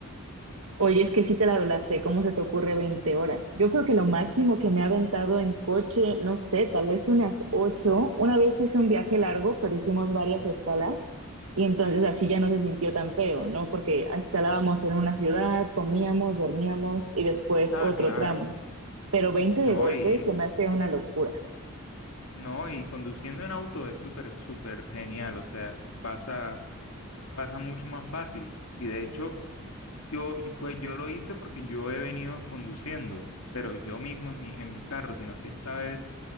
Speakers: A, on the right (about 75°); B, on the left (about 75°).
A: Oye, es que sí te la doblacé, ¿cómo se te ocurre 20 horas? Yo creo que lo máximo que me ha aventado en coche, no sé, tal vez unas 8. Una vez hice un viaje largo, pero hicimos varias escalas y entonces así ya no se sintió tan feo, ¿no? Porque escalábamos en una ciudad, comíamos, dormíamos y después
B: Ah,
A: otro
B: claro.
A: tramo. pero 20
B: No,
A: de golpe
B: y
A: se me hace una locura.
B: no, y conduciendo en auto es súper, súper genial, o sea, pasa pasa mucho más fácil. Y de hecho, yo, yo- fue, yo lo hice porque yo he venido conduciendo, pero yo mismo en mi, en mi carro, sino que esta vez